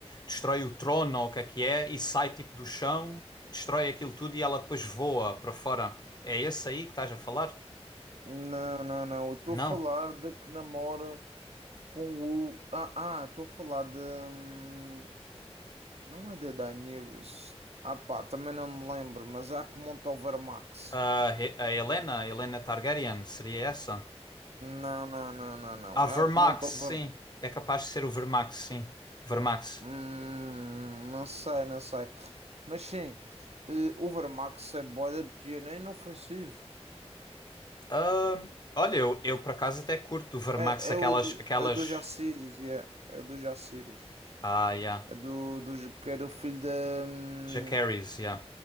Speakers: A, on the left (about 40°); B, on the right (about 70°).
A: destrói o trono ou o que é que é e sai tipo do chão, destrói aquilo tudo e ela depois voa para fora. É esse aí que estás a falar?
B: não não não eu estou
A: Não.
B: a falar de que namora com o ah ah estou a falar de hum, não é da Daenerys ah pá também não me lembro mas é a que monta o Vermax
A: Ah, He- a Helena, Helena Targaryen, seria essa?
B: não não não não não
A: Ah, Vermax,
B: é a que monta
A: sim.
B: o Ver-
A: É capaz de ser o Vermax, sim. Vermax.
B: Hum, não sei, não sei. Mas sim, eh, o Overmax é boeda pequena é inofensivo.
A: Ahm, olha, eu, eu por acaso até curto do Vermax
B: É,
A: aquelas,
B: é o do,
A: aquelas,
B: é o do Jaciris, yeah. É o do Jaciris.
A: ah, yeah,
B: É do, do, J- que é do filho da. hum,
A: Jacaerys, yeah,